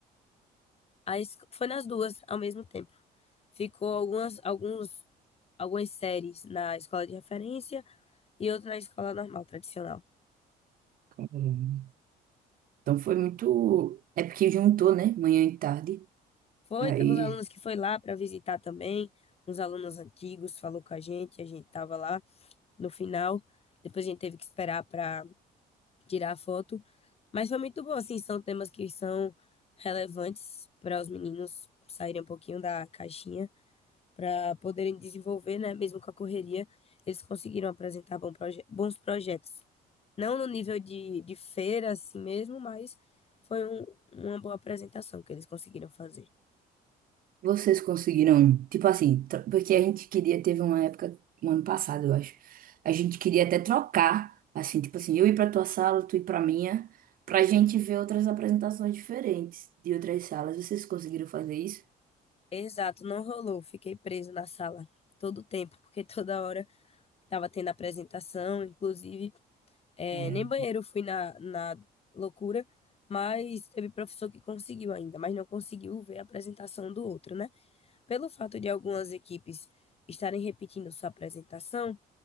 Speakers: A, on the left; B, on the right.
A: Aí foi nas duas ao mesmo tempo. Ficou algumas, alguns, algumas séries na escola de referência e outra na escola normal, tradicional.
B: Caramba. Então foi muito. É porque juntou, né? Manhã e tarde.
A: Foi,
B: Aí
A: teve uns alunos que foi lá para visitar também, uns alunos antigos, falou com a gente, a gente tava lá no final. Depois a gente teve que esperar para tirar a foto, mas foi muito bom, assim, são temas que são relevantes para os meninos saírem um pouquinho da caixinha, para poderem desenvolver, né, mesmo com a correria, eles conseguiram apresentar bom proje- bons projetos. Não no nível de, de feira assim mesmo, mas foi um- uma boa apresentação que eles conseguiram fazer.
B: vocês conseguiram. Tipo assim, tro- porque a gente queria, teve uma época, um ano passado, eu acho. A gente queria até trocar. Assim, tipo assim, eu ir pra tua sala, tu ir pra minha, pra gente ver outras apresentações diferentes de outras salas. Vocês conseguiram fazer isso?
A: Exato, não rolou. Fiquei preso na sala todo o tempo, porque <laughs> toda hora tava tendo apresentação, inclusive, eh,
B: É.
A: nem banheiro eu fui na, na loucura, mas teve professor que conseguiu ainda, mas não conseguiu ver a apresentação do outro, né? Pelo fato de algumas equipes estarem repetindo sua apresentação,